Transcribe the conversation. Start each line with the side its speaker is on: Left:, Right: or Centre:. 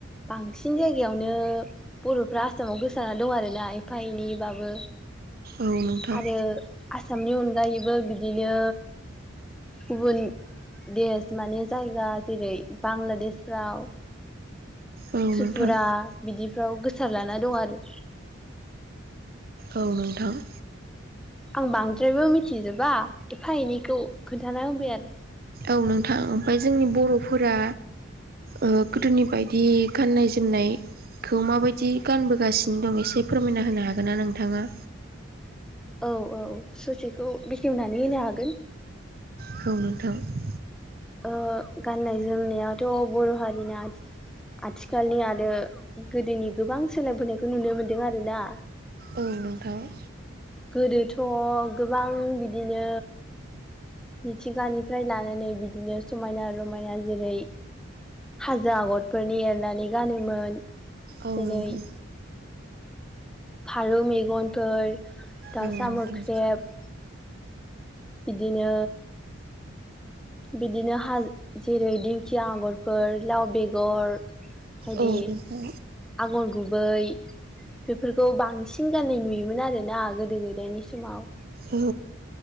Centre: बांसिन जायगायावनो बर'फ्रा आसामाव गोसारना दं आरो ना एफा एनैबाबो।
Right: औ नोंथां।
Centre: आरो आसामनि अनगायैबो बिदिनो गुबुन देश माने जायगा जेरै बांलादेशफ्राव
Right: औ
Centre: त्रिपुरा
Right: नोंथां
Centre: बिदिफ्राव गोसारलाना दं आरो।
Right: औ नोंथां।
Centre: आं बांद्रायबो मिथिजोबा एफा एनैखौ खोन्थाना होबाय आरो।
Right: औ नोंथां ओमफ्राय जोंनि बर'फोरा ओ गोदोनि बायदि गाननाय जोमनाय खौ माबायदि गानबोगासिनो दं एसे फोरमायना होनो हागोन ना नोंथाङा?
Centre: औ औ ससेखौ बेखेवनानै होनो हागोन।
Right: खौ नोंथां ।
Centre: ओ गाननाय जोमनायाथ' बर' हारिना आ आथिखालनि आरो गोदोनि गोबां सोलायबोनायखौ नुनो मोनदों आरोना।
Right: औ नोंथां।
Centre: गोदोथ' गोबां बिदिनो मिथिंगानिफ्राय लानानै बिदिनो समायना रमायना जेरै हाजो आगरफोरनि एरनानै गानोमोन
Right: औ
Centre: जेरै
Right: नोंथां
Centre: फारौ मेगनफोर दाउसा
Right: औ नोंथां
Centre: मोख्रेब बिदिनो बिदिनो हा जेरै दिंखिया आगरफोर लाव बेगर बायदि
Right: औ नोंथां
Centre: आगर गुबै बेफोरखौ बांसिन गाननाय नुयोमोन आरोना गोदो गोदायानि समाव
Right: औ